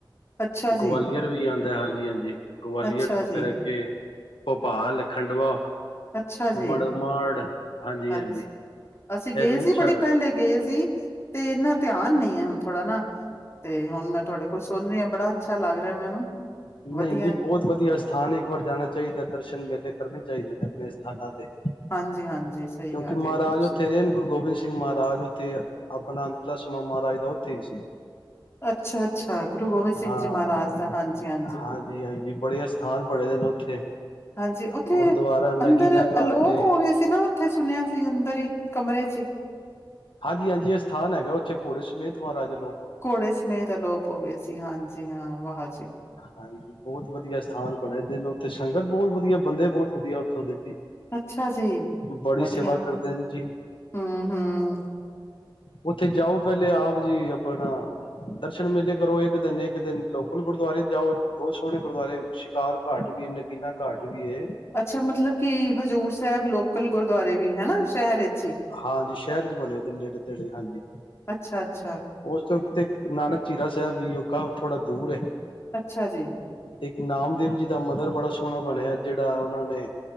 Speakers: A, on the left (about 30°); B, on the left (about 75°).
A: ਅੱਛਾ ਜੀ,
B: ਗਵਾਲੀਅਰ ਵੀ ਆ। ਦ ਹਾਂਜੀ-ਹਾਂਜੀ, ਗਵਾਲੀਅਰ
A: ਅੱਛਾ
B: ਤੋਂ
A: ਜੀ,
B: ਫਿਰ ਅੱਗੇ, ਭੋਪਾਲ ਖੰਡਵਾ।
A: ਅੱਛਾ ਜੀ,
B: ਮੜਮੜ, ਹਾਂਜੀ-
A: ਅੱਛ
B: ਹਾਂਜੀ।
A: ਅਸੀਂ ਗਏ
B: ਇਹ ਰੂਟ
A: ਸੀ ਬੜੀ ਪਹਿਲੇ ਗਏ ਸੀ ਤੇ ਇਹਨਾਂ ਧਿਆਨ ਅਣ ਨੀ ਅ ਹੁਣ ਥੋੜਾ ਨਾ, ਤੇ ਹੁਣ ਮੈਂ ਤੁਹਾਡੇ ਕੋਲ ਸੁਣ ਰਹੀ ਹਾਂ ਬੜਾ ਅੱਛਾ ਲੱਗ ਰਿਹਾ ਮੈਨੂੰ।
B: ਨਹੀਂ
A: ਵਧੀਆ
B: ਜੀ ਬਹੁਤ ਵਧੀਆ ਸਥਾਨ ਹੈ, ਇੱਕ ਵਾਰ ਜਾਣਾ ਚਾਹੀਦਾ ਦਰਸ਼ਨ ਮੇਲੇ। ਕਰਨੇ ਚਾਹੀਦੇ ਨੇ ਆਪਣੇ ਸਥਾਨਾਂ ਤੇ।
A: ਹਾਂਜੀ ਹਾਂਜੀ
B: ਕਿਉਂਕਿ
A: ਸਹੀ ਗੱਲ
B: ਮਹਾਰਾਜ
A: ਕਹੀ ਹੈ ਤੁਸੀਂ
B: ਉੱਥੇ ਰਹਿਣ ਗੁਰੂ ਗੋਬਿੰਦ ਸਿੰਘ ਮਹਾਰਾਜ ਉੱਥੇ, ਆਪਣਾ ਅੰਤਲਾ, ਮਹਾਰਾਜ ਦਾ ਉਥੇ ਈ ਸੀ।
A: ਅੱਛਾ- ਅੱਛਾ, ਗੁਰੂ ਗੋਬਿੰਦ ਸਿੰਘ
B: ਹਾਂ
A: ਜੀ ਮਹਾਰਾਜ ਦਾ ਹਾਂਜੀ- ਹਾਂਜੀ।
B: ਹਾਂਜੀ- ਹਾਂਜੀ, ਬੜੇ ਅਸਥਾਨ ਬਣੇ ਦੇ ਨੇ ਉੱਥੇ,
A: ਹਾਂਜੀ ਉੱਥੇ
B: ਗੁਰਦੁਆਰਾ ਨਗੀਨਾ
A: ਅੰਦਰ
B: ਘਾਟ
A: ਅਲੋਪ
B: ਏ।
A: ਹੋ ਗਏ ਸੀ ਨਾ ਉੱਥੇ ਸੁਣਿਆ ਸੀ ਅੰਦਰ ਹੀ ਕਮਰੇ ਸੀ
B: ਹਾਂਜੀ -ਹਾਂਜੀ, ਇਹ ਅਸਥਾਨ ਹੈਗਾ ਉੱਥੇ ਘੋੜੇ ਸਮੇਤ ਮਹਾਰਾਜਾ,
A: ਘੋੜੇ ਸਮੇਤ ਅਲੋਪ ਹੋ ਗਏ ਸੀ ਹਾਂਜੀ ਹਾਂ ਬਾਦ,
B: ਹਾਂਜੀ, ਬਹੁਤ ਵਧੀਆ ਅਸਥਾਨ ਬਣੇ ਦਿਨ ਤੇ ਸੰਗਤ ਬਹੁਤ ਵਧੀਆ ਬੰਦੇ ਬਹੁਤ ਵਧੀਆ ਓਥੋ ਦੇ।
A: ਅੱਛਾ ਜੀ
B: ਬੜੀ
A: ਵਧੀਆ
B: ਸੇਵਾ ਕਰਦੇ ਨੇ ਜੀ
A: ਹਮ ਹਮ।
B: ਉੱਥੇ ਜਾਓ ਪਹਿਲੇ ਆਪ ਜੀ ਆਪਣਾ ਦਰਸ਼ਨ ਮੇਲੇ ਕਰੋ ਇੱਕ ਦਿਨ ਇੱਕ ਦਿਨ ਲੋਕਲ ਗੁਰਦੁਆਰੇ ਜਾਓ ਬਹੁਤ ਸੋਹਣੇ ਗੁਰਦੁਆਰੇ ਸ਼ਿਕਾਰ ਘਾਟ ਵੀ ਹੈ ਨਗੀਨਾ ਘਾਟ ਵੀ ਏ
A: ਅੱਛਾ ਮਤਲਬ ਕਿ ਹਜ਼ੂਰ ਸਾਹਿਬ ਲੋਕਲ ਗੁਰਦੁਆਰੇ ਵੀ ਹਨਾ ਸ਼ਹਿਰ ਵਿੱਚ ਹੀ
B: ਹਾਂਜੀ ਸ਼ਹਿਰ ਚ ਬਣੇ ਤੇ ਨੇੜੇ ਤੇੜੇ ਹਾਂਜੀ
A: ਅੱਛਾ ਅੱਛਾ
B: ਉਸਦੇ ਉੱਤੇ ਨਾਨਕ ਚੀਰਾ ਸਾਹਿਬ ਵੀ ਥੋੜਾ ਦੂਰ ਏ
A: ਅੱਛਾ ਜੀ
B: ਤੇ ਇੱਕ ਨਾਮਦੇਵ ਜੀ ਦਾ ਮੰਦਿਰ ਬੜਾ ਸੋਹਣਾ ਬਣਿਆ ਜਿਹੜਾ ਉਹਨਾਂ ਨੇ